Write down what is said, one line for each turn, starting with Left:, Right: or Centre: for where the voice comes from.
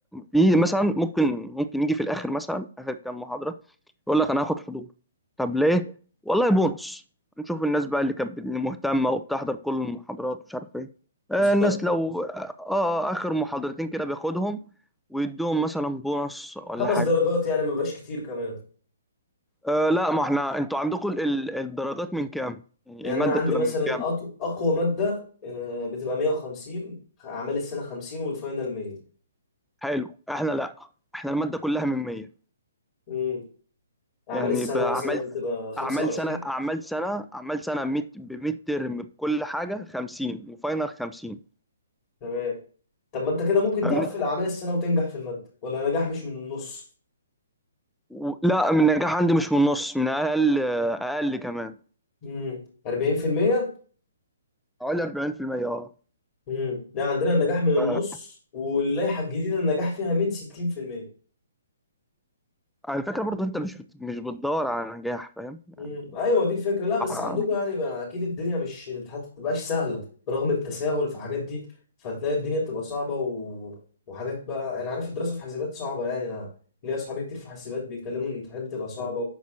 Centre: في مثلا ممكن ممكن يجي في الاخر مثلا اخر كام محاضره يقول لك انا هاخد حضور طب ليه؟ والله بونص نشوف الناس بقى اللي كانت اللي مهتمه وبتحضر كل المحاضرات ومش عارف ايه آه،
Left: بالظبط
Centre: الناس لو اه آه، اخر محاضرتين كده بياخدهم ويدوهم مثلا بونص ولا
Left: خمس
Centre: حاجه
Left: درجات يعني ما بيبقاش كتير كمان
Centre: آه لا ما احنا انتوا عندكم ال- الدرجات من كام؟ يعني
Left: يعني
Centre: الماده
Left: انا عندي
Centre: بتبقى
Left: مثلا
Centre: من كام؟
Left: أط... اقوى مادة آه، بتبقى 150 اعمال السنة 50 والفاينل 100
Centre: حلو احنا لا احنا الماده كلها من 100
Left: امم
Centre: يعني
Left: اعمال السنة
Centre: بقى
Left: مثلا
Centre: عملت
Left: بتبقى 25
Centre: اعمال سنه اعمال سنه اعمال سنه ميت بميد ترم بكل حاجه 50 وفاينل 50
Left: تمام طب ما انت كده ممكن
Centre: فاهمني
Left: تقفل اعمال السنة وتنجح في المادة ولا نجاح مش من النص
Centre: و- لا من النجاح عندي مش من النص من اقل اقل كمان
Left: امم 40%
Centre: حوالي 40% اه
Left: امم ده عندنا النجاح من النص
Centre: ف-
Left: واللائحه الجديده النجاح فيها من 60%
Centre: على فكره برضو انت مش بت... مش بتدور على نجاح فاهم يعني
Left: امم ايوه دي الفكره لا بس
Centre: اه
Left: عندكم يعني بقى اكيد الدنيا مش الامتحانات ما بتبقاش سهله برغم التساهل في حاجات دي فتلاقي الدنيا بتبقى صعبه و... وحاجات بقى انا عارف الدراسه في حاسبات صعبه يعني انا ليا اصحابي كتير في حاسبات بيتكلموا ان الامتحانات بتبقى صعبه